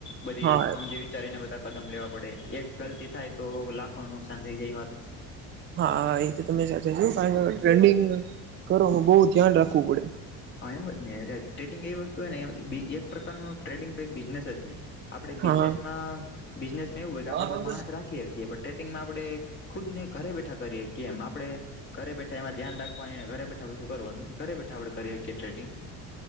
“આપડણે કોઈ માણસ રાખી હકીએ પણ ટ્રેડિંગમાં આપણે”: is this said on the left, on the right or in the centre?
Left